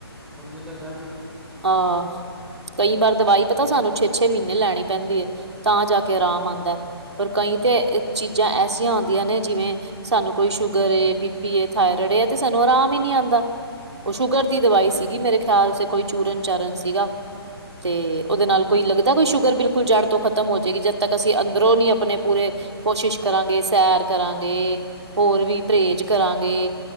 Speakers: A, in the centre; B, on the right (about 85°).
A: ਓਹੀ ਔ ਤਾਂ ਗਲ ਏ।
B: ਹਾ ਕਈ ਵਾਰ ਦਵਾਈ ਪਤਾ ਸਾਨੂੰ ਛੇ- ਛੇ ਮਹੀਨੇ ਲੈਣੀ ਪੈਂਦੀ ਹੈ, ਤਾਂ ਜਾ ਕੇ ਆਰਾਮ ਆਂਦਾ ਐ। ਪਰ ਕਈ ਤੇ ਚੀਜ਼ਾਂ ਐਸੀਆਂ ਹੁੰਦੀਆ ਨੇ ਜਿਵੇਂ ਸਾਨੂੰ ਕੋਈ ਸ਼ੂਗਰ ਏ, ਬੀਪੀ ਏ, ਥਾਇਰੋਇਡ ਏ, ਇਹ ਤੇ ਸਾਨੂੰ ਆਰਾਮ ਹੀ ਨੀ ਆਉਂਦਾ। ਉਹ ਸ਼ੂਗਰ ਦੀ ਦਵਾਈ ਸੀਗੀ ਮੇਰੇ ਖਿਆਲ ਚ ਕੋਈ ਚੂਰਨ- ਚਾਰਨ ਸੀਗਾ। ਤੇ ਉਹਦੇ ਨਾਲ ਕੋਈ ਲੱਗਦਾ ਕੋਈ ਸ਼ੂਗਰ ਬਿਲਕੁਲ ਜੜ ਤੋਂ ਖ਼ਤਮ ਹੋ ਜਾਏਗੀ ਜਦ ਤੱਕ ਅਸੀਂ ਅੰਦਰੋਂ ਨੀ ਆਪਣੇ ਪੂਰੇ ਕੋਸ਼ਿਸ਼ ਕਰਾਂਗੇ, ਸੈਰ ਕਰਾਂਗੇ, ਹੋਰ ਵੀ ਪਰਹੇਜ਼ ਕਰਾਂਗੇ